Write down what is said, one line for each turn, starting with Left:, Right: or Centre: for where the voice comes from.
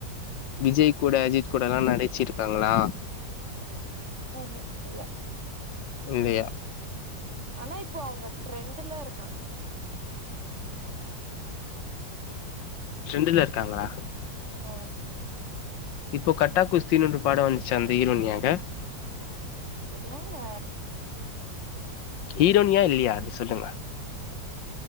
Left: விஜய் கூட அஜித் கூடல்லா நடிச்சிருக்காங்களா
Right: ஆஹா இல்ல
Left: இல்லயா
Right: ஆனா இப்ப அவங்க ட்ரெண்டு்ல இருக்காங்க
Left: ட்ரெண்டுல இருக்காங்களா
Right: ஆ
Left: இப்போ கட்டா குஸ்தின்னு ஒரு படோ வந்துச்சா அந்த ஹீரோயினாங்க
Right: இல்லங்க
Left: ஹீரோனியா இல்லையா அது சொல்லுங்க